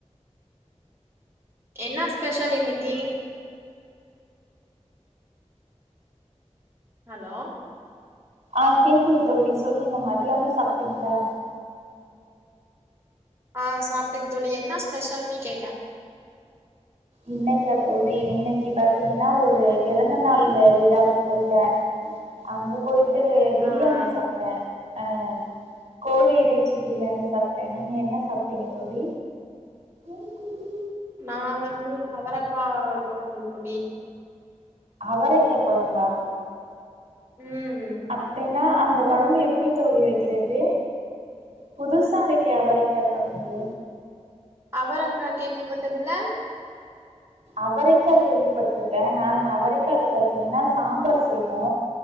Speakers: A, on the right; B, on the right.
A: என்ன ஸ்பெஷல் இன்னைக்கு ஹலோ
B: ஆ கேக்குது தோழி சொல்லுங்க மதியான சாப்ட்டீங்களா
A: ஆ சாப்ட்டேங் தோழி என்ன ஸ்பெஷல்னு கேட்டேன்
B: இன்னைக்கா தோழி இன்னைக்கு பாத்தீங்கன்னா ஒரு பிறந்தநாள் விழாவுக்கு போயிட்டே அங்க போயிட்டு பிரியாணி
A: ஆ ஆ
B: சாப்ட்டே அ கோழி இறைச்சி பிரியாணி சாப்ட்டேன் நீங்க என்ன சாப்பிட்டீங்க தோழி எனக்கு டி
A: நா வந்து அவரக்கா கோழம்பு தோழி
B: அவரைக்க கொழம்பா
A: ம்
B: அப்புடின்னா அந்த குழம்பு எப்புடி தோழி வைக்கிறது புதுசா இருக்கே அவரைக்கா கொழம்பு
A: அவரைக்கா கேள்வி பட்டது இல்ல
B: அவரைக்கா கேள்வி பட்டிருக்கே நா அவரைக்கல பாத்தீங்கன்னா சாம்பார் செய்வோ